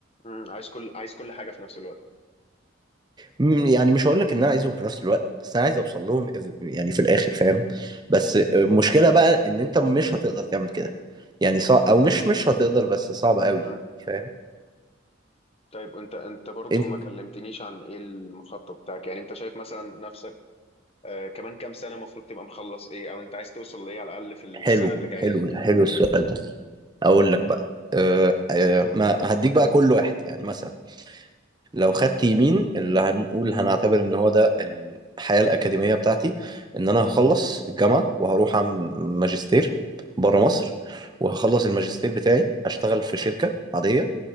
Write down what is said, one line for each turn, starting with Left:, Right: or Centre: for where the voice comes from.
Left: مم. عايز كل عايز كل حاجه في نفس الوقت
Right: مم، يعني مش هقول لك ان انا عايزهم في نفس الوقت بس انا عايز اوصل لهم إذ- يعني في الاخر فاهم بس المشكله بقى ان انت مش هتقدر تعمل كده يعني صعب او مش مش هتقدر بس صعب قوي
Left: مم.
Right: فاهم
Left: طيب وانت انت برضو
Right: انت
Left: ما كلمتنيش عن ايه المخطط بتاعك يعني انت شايف مثلا نفسك آه كمان كام سنه المفروض تبقى مخلص ايه او انت عايز توصل لايه على الاقل في السنه
Right: حلو
Left: اللي جايه
Right: حلو حلو السؤال ده اقول لك بقى أه أه ما هديك بقى كل واحد يعني مثلا لو خدت يمين اللي هنقول هنعتبر ان هو ده الحياة الأكاديمية بتاعتي ان انا
Left: مم.
Right: هخلص الجامعة وهروح اعمل ماجستير بره مصر وهخلص الماجستير بتاعي اشتغل في شركة عادية